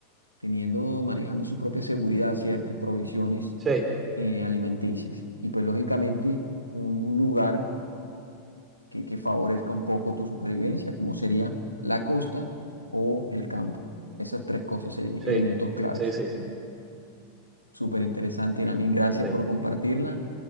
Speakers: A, on the left; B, on the right.
A: teniendo, manejando su propia seguridad, ¿cierto? Y provisiones
B: sí,
A: eh, alimenticias. Y pues lógicamente un lugar que, que favorezca un poco tu supervivencia, como sería la costa o el campo. Esas tres cosas serían
B: sí,
A: elementos claves.
B: sí, sí, sí,
A: Súper interesante, Irami. Gracias
B: sí.
A: por compartirla.